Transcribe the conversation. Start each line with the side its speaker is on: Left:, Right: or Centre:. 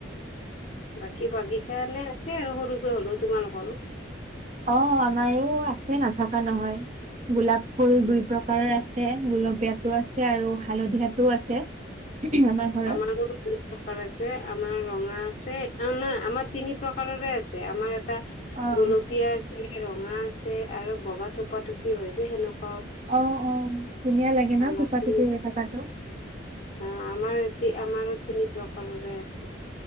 Left: বাকী বাগিছা এানে আছে আৰু সৰুকে হ'লেও তোমালোকৰো।
Right: অ', আমাৰো আছে নাথকা নহয়। গোলাপ ফুল দুই
Left: অ
Right: প্ৰকাৰৰ আছে গুলপীয়াটো আছে আৰু হালধীয়াটো আছে। আমাৰ ঘৰত
Left: আমাৰো এই প্ৰকাৰ আছে আমাৰ ৰঙা অ', নাই আমাৰ তিনি প্ৰকাৰৰে আছে আমাৰ এটা
Right: অ
Left: গোলপীয়া আ ৰঙা আছে আৰু বগা থোপা থোপি হয় যে সেনেকুৱা
Right: অ', অ', ধুনীয়া লাগে ন
Left: আমাৰ
Right: থোপা
Left: তিনি
Right: থুপি হৈ থকাটো।
Left: অ', আমাৰ এতি আমাৰো তিনি প্ৰকাৰৰে আছে।